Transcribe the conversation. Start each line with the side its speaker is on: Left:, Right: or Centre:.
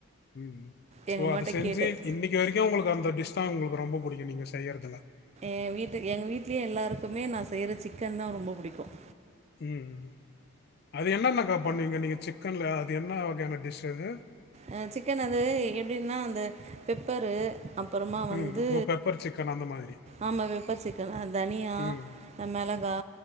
Left: ம்
Right: எங்கள்
Left: ஓ
Right: அம்மாட்ட
Left: அது செஞ்சு
Right: கேட்டேன்
Left: இன்னைக்கு வரைக்கும் உங்களுக்கு அந்தடி ஸ் தான் உங்களுக்கு ரொம்ப பிடிக்கும் நீங்க செய்யறதுல
Right: என் வீட்டு எங்கள் வீட்லேயே எல்லாருக்குமே நா செய்கிற சிக்கன் தான் ரொம்ப பிடிக்கும்
Left: உம் அது என்னன்னக்கா பண்ணுவீங்க நீங்க சிக்கன்ல அது என்ன வகையான டிஷ் அது
Right: அஹ் சிக்கன் அது எப்டின்னா அந்த பெப்பரு அப்புறமா வந்து
Left: ம் ஓ பெப்பர் சிக்கன் அந்த மாதிரி
Right: ஆமாம் வெப்பர் சிக்கன் தனியா
Left: ம்
Right: மிளகா